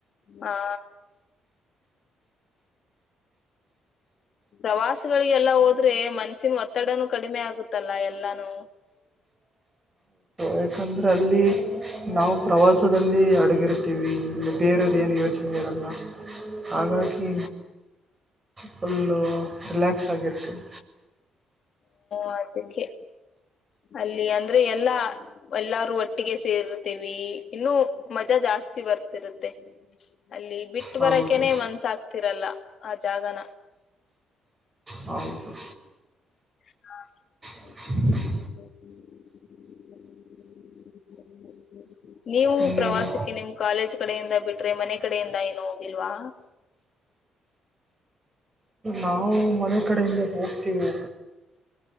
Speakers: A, on the left; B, on the right.
A: ಹಾ ಪ್ರವಾಸಗಳಿಗೆ ಹೋಗಿದ್ರೆ ಮನಸ್ಸಿನ ಒತ್ತಡ ಕಡಿಮೆಯಾಗುತ್ತದೆ ಎಲ್ಲಾನು
B: ಯಾಕಂದ್ರೆ ನಾವು ಅಲ್ಲಿ ಪ್ರವಾಸದಲ್ಲಿ ಅಡೆದುಕೊಂಡಿರುತ್ತೇವೆ ಬೇರೆದೇನು ಯೋಚನೆ ಇರಲ್ಲ ಹಾಗಾಗಿ ಫುಲ್ಲು ರಿಲಾಕ್ಸ್ ಆಗಿರ್ತೀವಿ
A: ಅದಕ್ಕೆ ಅಲ್ಲಿ ಅಂದ್ರೆ ಎಲ್ಲಾ ಎಲ್ಲರೂ ಒಟ್ಟಿಗೆ ಸೇರಿರುತ್ತೇವೆ ಇನ್ನು ಮಜಾ ಜಾಸ್ತಿ ಬರುತ್ತಿರುತ್ತೆ ಅಲ್ಲಿ ಬಿಟ್ಟು
B: ಹೌದು
A: ಬರೋಕೆ ಮನಸ್ ಆಗ್ತಾ ಇಲ್ಲ ಆ ಜಾಗನ
B: ಹೌದು
A: <inaudible>
B: <inaudible>
A: <unintelligible> ನೀವು ನಿಮ್
B: ಇನ್ನೇನು
A: ಪ್ರವಾಸಕ್ಕೆ ಕಾಲೇಜ್ ಮನೆ ಕಡೆಯಿಂದ ಏನು ಹೋಗಿಲ್ವಾ
B: ನಾವು ಮನೆ ಕಡೆಯಿಂದಲೇ ಹೋಗ್ತಿವಿ